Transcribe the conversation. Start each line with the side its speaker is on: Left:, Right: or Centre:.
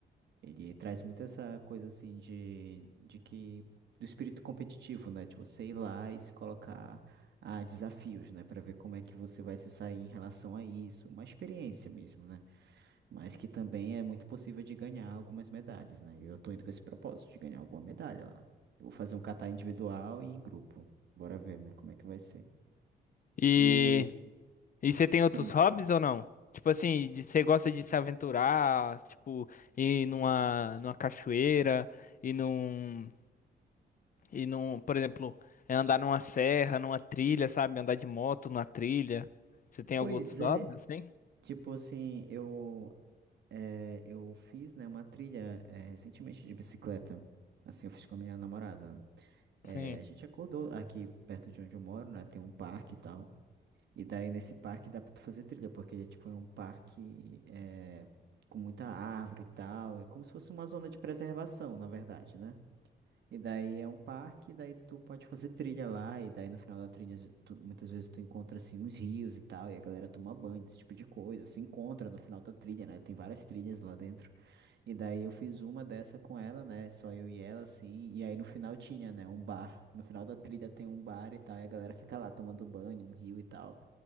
Right: ele traz muito essa coisa, assim, de, de que, do espírito competitivo, né? De você ir lá e se colocar a desafios, né? Pra ver como é que você vai se sair em relação a isso. Uma experiência mesmo, né? Mas que também é muito possível de ganhar algumas medalhas, né? Eu tô indo com esse propósito de ganhar alguma medalha lá. Eu vou fazer um catar individual e em grupo. Bora ver, né? Como é que vai ser.
Left: E.
Right: E,
Left: E você tem
Right: sim,
Left: outros hobbies ou não? Tipo assim, de- você gosta de se aventurar, tipo, ir numa, numa cachoeira, ir num, ir num, por exemplo, é andar numa serra, numa trilha, sabe? Andar de moto numa trilha. Você tem algum
Right: pois
Left: outro hobby
Right: é.
Left: assim?
Right: Tipo assim, eu, é, eu fiz, né, uma trilha, é, recentemente de bicicleta. Assim, eu fiz com a minha namorada. É,
Left: Sim.
Right: a gente acordou aqui perto de onde eu moro, né? Tem um parque e tal. E daí nesse parque dá pra tu fazer trilha, porque ele é tipo é um parque é, com muita árvore e tal. É como se fosse uma zona de preservação, na verdade, né? E daí é um parque, daí tu pode fazer trilha lá, e daí no final da trilha tu- muitas vezes tu encontra assim uns rios e tal, e a galera toma banho, esse tipo de coisa. Se encontra no final da trilha, né? Tem várias trilhas lá dentro. E daí eu fiz uma dessa com ela, né? Só eu e ela, assim. E aí no final tinha, né? Um bar. No final da trilha tem um bar e tal, e a galera fica lá tomando banho no rio e tal